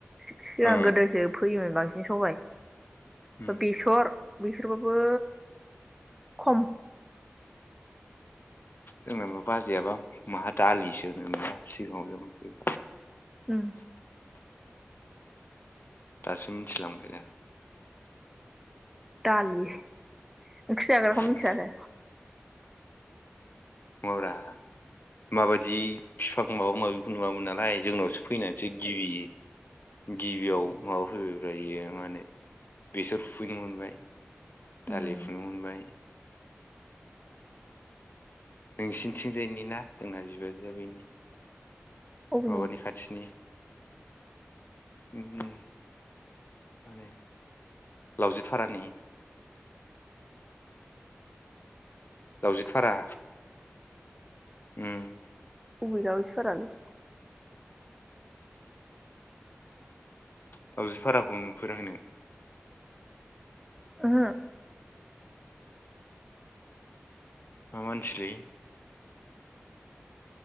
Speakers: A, in the centre; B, on the left (about 50°).
A: सि-सिगां
B: उम
A: गोदोसो फैयोमोन। बांसिन सबाइ
B: उम
A: बेसर, बेसरबाबो खम
B: जोंनाबा बाजैयाबा माहा दालि सोनो <inaudible> जोंनाव फै
A: उम
B: दासो मिथिलांबाय दा
A: दालि ओंख्रि जाग्राखौ
B: उम
A: मिथिया आरो?
B: नङाब्रा माबायदि बिफां माबा माबिखौ नुवामोन नालाय जोंनावसो फैनानैसो गिबि गिबियाव माबा फैबायब्रा बियो मा होनो बेसर फुफैनो मोनबाय
A: ओ
B: दालि फुनो मोनबाय। नोंसिनिथिंजायनि ना जोंना बिबाजैआ बैनि
A: उम बबेनि
B: माबानि खाथिनि ‌ ओम माने लावजि फारानि लावजिफारा उम
A: बबे दावजिफारालै?
B: लावजिफाराखौ नुफेराखै नों?
A: ओहो?
B: मा मानसिलै।